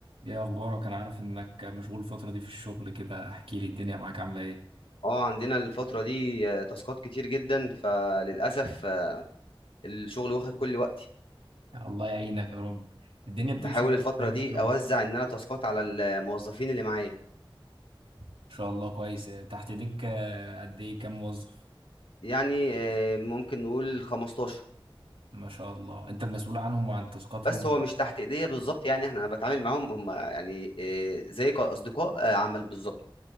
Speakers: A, on the right; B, on the left.
A: ايه اخبارك انا عارف انك مشغول الفترة دي في الشغل كده احكي لي الدنيا معاك عاملة ايه
B: اه عندنا الفترة دي آه، تاسكات كتير جدا فللأسف آه، الشغل واخد كل وقتي
A: يا الله يعينك يا رب الدنيا بتمشي
B: بحاول
A: معاك
B: الفترة
A: ازاي
B: دي
A: في الشغل
B: أوزع إن أنا تاسكات على الموظفين اللي معايا
A: ان شاء الله كويس تحت ايديك آه، قد ايه كام موظف
B: يعني آه، ممكن نقول 15
A: ما شاء الله انت المسؤول عنهم وعن تاسكاتهم
B: بس هو مش تحت إيديا بالظبط يعني إحنا أنا بتعامل معاهم هم يعني آه، زي كأصدقاء آه، عمل بالظبط